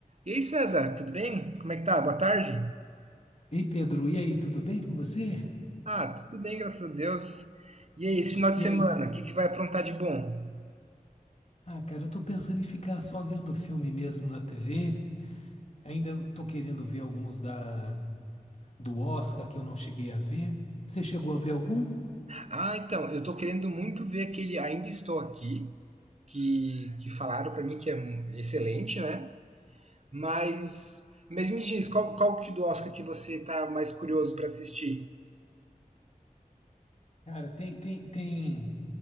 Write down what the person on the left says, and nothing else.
Ei, Pedro, e aí, tudo bem com você?
E
aí?
Ah, cara, eu tô pensando em ficar só vendo filme mesmo na TV. Ainda eu tô querendo ver alguns da do Oscar que eu não cheguei a ver. Você chegou a ver algum?
Cara, tem tem tem.